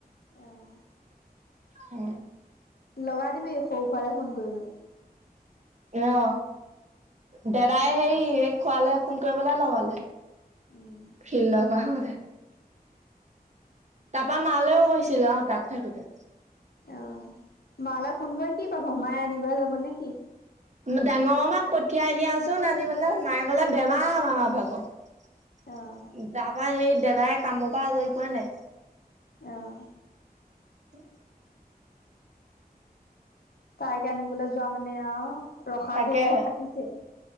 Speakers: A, on the left; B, on the right.
A: আহ
B: স
A: লগাই দিবি সৰু খোৱে ফোন কৰিবলৈ
B: অ দাদাই হে খোৱালে ফোন কৰিবলৈ লগলে
A: উম
B: ফিল্ল বাহতে তাৰাপা মালেও হৈছিলে অ তাত থাকোতে
A: অ মালৈ ফোন কৰি কি পাব মায় আনিব যাব নে কিি
B: ডাঙৰ মামাক পঠিয়াই দিয়াচোন আনিবলৈ মায়ে গলে বেমাৰ আমাৰ মাৰ ভাগৰ
A: অ'
B: যাবা সেই দাদাই কামৰ পৰা আজৰি পোৱা নাই
A: আহঁ
B: তে
A: তাইক আনিবলৈ যোৱা মানে আহ ৰসা
B: তাকেহে।
A: ঘো আতিিছে